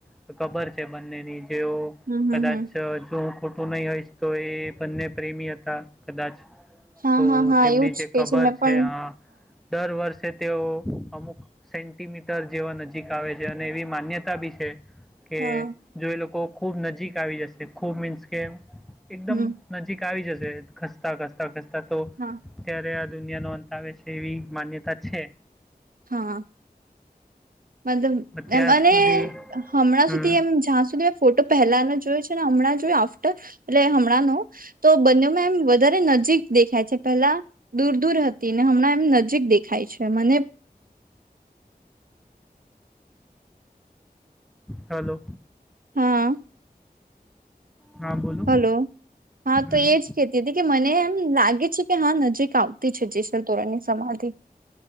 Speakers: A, in the centre; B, on the right (about 60°).
A: તો ખબર છે બંને ની તેવું
B: હમ હમ
A: કદાચ
B: હમ
A: જ ખો ટુ નહી હોયશ તો એ બંને પ્રેમી હતા કદાચ
B: હા
A: તો
B: હા હા
A: તેમની
B: એવું જ
A: જે
B: કે
A: કબર
B: મેં પણ
A: છે હા દર વર્ષે તેઓ અમુક સેન્ટીમીટર જેવા નજીક આવે છે અને એવી માન્યતા બી છે કે
B: હા
A: જો એ લોકો ખૂબ નજીક આવી જશે ખૂબ મીન્સ કે એકદમ
B: હમ
A: નજીક આવી જશે ખસતા ખસતા ખસ તા તો
B: હા
A: ત્યારે આ દુનિયાનો અંત આવે છે એવી માન્યતા છે.
B: હા મતલબ
A: પણ ત્યાં
B: એમ
A: સુધી
B: અને હમણાં
A: હમ
B: સુધી એમ જ્યાં સુધી ફોટો પહેલાનો જોયો છે ને હમણાં જોય આફ્ટર હમણાંનો તો બંનેમાં એમ વધારે નજીક દેખાય છે પહેલા દૂર દૂર હતી ને હમણાં એમ નજીક દેખાય છે મને
A: હલો
B: હા
A: હા બોલો
B: હલો હા
A: હમ
B: તો એજ કેતી હતી કે મને એમ લાગે છે. કે હા નજીક આવતી છે જેસલ તોરણની સમાધી